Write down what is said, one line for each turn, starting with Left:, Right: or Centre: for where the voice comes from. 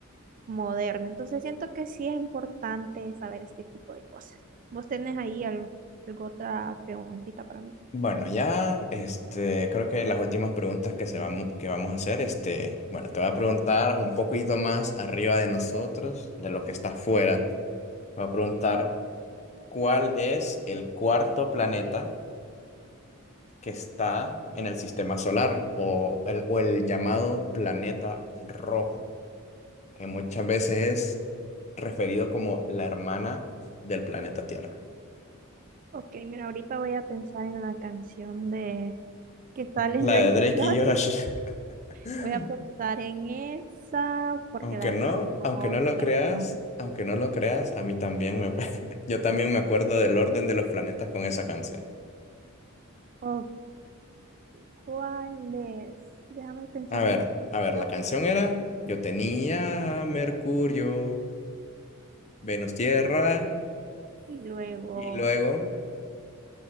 Right: moderna. Entonces siento que sí es importante saber este tipo de cosas. ¿Vos tenés ahí al- alguna otra preguntita para mí?
Left: Bueno, ya, este, creo que las últimas preguntas que se vamos, que vamos a hacer, este, bueno, te voy a preguntar un poquito más arriba de nosotros, de lo que está afuera. Voy a preguntar cuál es el cuarto planeta que está en el sistema solar o el, o el llamado planeta rojo, que muchas veces es referido como la hermana del planeta Tierra.
Right: Ok, mira, ahorita voy a pensar en la canción de que sale
Left: La
Right: en Drake
Left: de Drake
Right: Lord.
Left: y Josh. <laughs>
Right: Voy a pensar en esa porque
Left: Aunque
Right: la verdad
Left: no, aunque
Right: no,
Left: no lo
Right: no me
Left: creas,
Right: acuerdo
Left: aunque no lo creas, a mí también me, <laughs> yo también me acuerdo del orden de los planetas con esa canción.
Right: Ok, ¿cuál es? Déjame pensar
Left: A ver,
Right: en
Left: a ver,
Right: la
Left: la
Right: opción.
Left: canción era Yo tenía a Mercurio Venus, Tierra
Right: Y luego,
Left: y luego